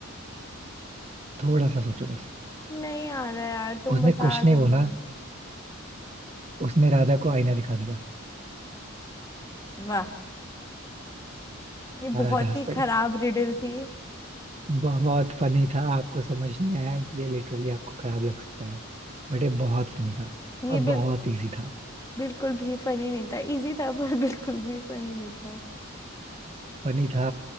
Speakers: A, on the right; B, on the left.
A: थोड़ा सा सोचो बस
B: नहीं आ रहा यार तुम
A: उसने
B: बता
A: कुछ
B: दो
A: नहीं बोला
B: ना
A: उसने राजा को आईना दिखा दिया
B: वाह ये
A: और
B: बहुत
A: राजा हंस
B: ही
A: पड़े
B: खराब रिडल थी
A: बहुत फनी था आपको समझ नहीं आया इसलिए लिटरली आपको खराब लग सकता है बट ये बहुत फनी था
B: ये
A: अब
B: बिल,
A: बहुत इजी था
B: बिल्कुल भी फनी नहीं था इजी था पर <laughs> बिल्कुल भी फनी नहीं था
A: फनी था